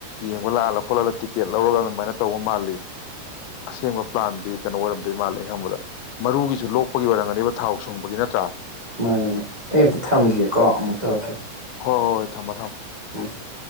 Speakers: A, on the left (about 85°); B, on the right (about 75°).
A: ꯌꯦꯡ ꯂꯥꯛꯂ ꯈꯣꯠꯂꯤ ꯇꯤ ꯆꯦꯠ ꯂꯧꯔꯒ ꯑꯗꯨꯃꯥꯏꯅ ꯇꯧꯕ ꯃꯥꯜꯂꯤ ꯑꯁꯦꯡꯕ ꯄ꯭ꯂꯥꯟꯗꯤ ꯀꯩꯅꯣ ꯑꯣꯏꯔꯝꯗꯣꯏ ꯃꯥꯜꯂꯦ ꯈꯪꯕꯗ ꯃꯔꯨꯒꯤꯁꯨ ꯂꯣꯛꯄꯒꯤ ꯑꯣꯏꯔꯝꯒꯅꯤꯕ ꯊꯥꯎ ꯁꯨꯡꯕꯒꯤ ꯅꯠꯇ꯭ꯔꯥ
B: ꯃꯥꯅꯦ ꯃꯥꯅꯦ ꯑꯩ ꯑꯝꯇ ꯊꯝꯒꯒꯦꯀꯣ ꯑꯃꯨ ꯇꯧꯔꯛꯀꯦ
A: ꯍꯣꯏ ꯍꯣꯏ ꯍꯣꯏ ꯊꯝꯃꯣ ꯊꯝꯃꯣ
B: ꯎꯝ